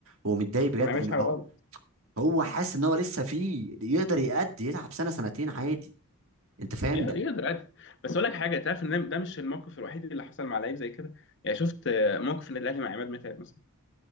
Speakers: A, on the right; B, on the left.
A: هو متضايق بجد
B: فما يعملش
A: ان
B: حاجة
A: هو
B: غلط
A: هو حاسس ان هو لسه فيه يقدر يأدي يلعب سنه سنتين عادي انت فاهم
B: ي-
A: ده
B: يقدر عادي بس اقول لك حاجة تعرف ان ده مش الموقف الوحيد اللي حصل مع لعيب زي كده يعني شفت آه، موقف النادي الاهلي مع عماد متعب مثلا